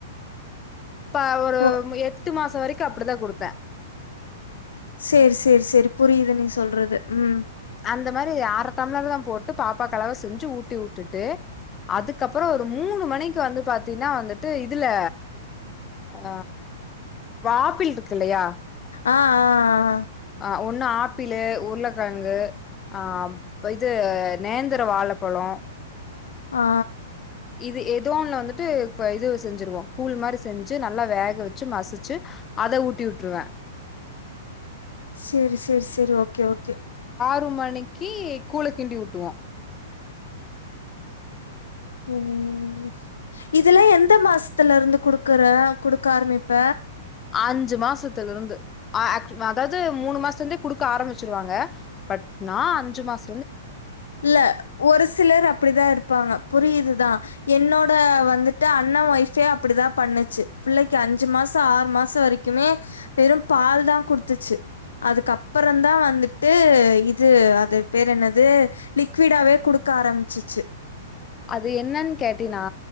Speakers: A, on the left; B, on the left.
A: இப்ப ஒரு
B: ஓ!
A: எட்டு மாசோ வரைக் அப்டிதா குடுப்பே
B: சேரி சேரி சேரி புரியிது நீ சொல்றது ம்
A: அந்த மாரி அர டம்ளர் தா போட்டு பாப்பாக்களவா செஞ்சு ஊட்டி உட்டுட்டு அதுக்கப்புறோ ஒரு மூணு மணிக்கு வந்து பாத்தீனா வந்துட்டு இதுல ஆ வாப்பிள் இருக்கில்லையா
B: ஆ ஆ ஆ
A: அ ஒன்னு ஆப்பிளு உருளக்கிழங்கு ஆப் இது நேந்திர வாழப்பழோ
B: ஆ
A: இது எ தோன்ல வந்துட்டு ப இது செஞ்சிருவோ கூழ் மாரி செஞ்சு நல்லா வேக வச்சு மசிச்சு அத ஊட்டி உட்ருவே
B: சரி சரி சரி ஓகே ஓகே
A: ஒரு மணிக்கு கூழ கிண்டி விட்டுவோ
B: ம் இதல்லா எந்த மாசத்துல இருந்து குடுக்குற குடுக்க ஆரம்பிப்ப
A: அஞ்சு மாசத்துல இருந்து ஆ <unintelligible> அதாவது மூணு மாச சந்தே குடுக்க ஆரம்பிச்சிருவாங்க பட் நா அஞ்சு மாச
B: இல்ல ஒரு சிலர் அப்படிதா இருப்பாங்க புரியுதுதா என்னோட வந்துட்டு அண்ண ஒய்ஃபே அப்டிதா பண்ணுச்சு பிள்ளைக்கு அஞ்சு மாச ஆறு மாச வரைக்குமே வெற பால் தா குடுத்துச்சு அதுக்குப்புறந்தா வந்துட்டு இது அது பேர் என்னது து லிக்விடாவே குடுக்க ஆரம்பிச்சிச்சு
A: அது என்னன்னு கேட்டீன்னா